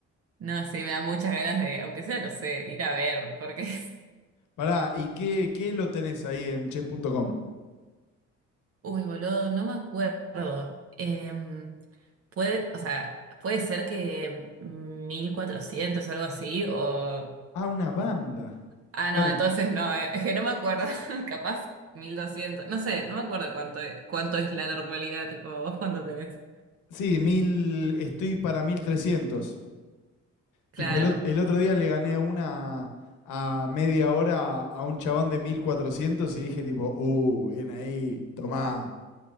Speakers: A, on the right (about 50°); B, on the left (about 80°).
A: No, sí, me da muchas ganas de, aunque sea, no sé, ir a ver, porque, <laughs>
B: Pará, ¿y qué, qué lo tenés ahí en chess.com?
A: uy, boludo, no me acuerdo. Em, puede, o sea, puede ser que 1400 algo así, o...
B: Ah, una banda.
A: Ah,
B: Bueno,
A: no, entonces no, eh, Es que no me acuerdo. <laughs> Capaz 1200, No sé, no me acuerdo cuánto es, cuánto es la normalidad. Tipo, ¿vos cuánto tenés?
B: sí, mil, estoy para mil trescientos
A: Claro,
B: Tipo, el, ot- el otro día le gané una a media hora a un chabón de 1400 y dije tipo, uh, bien ahí, tomá,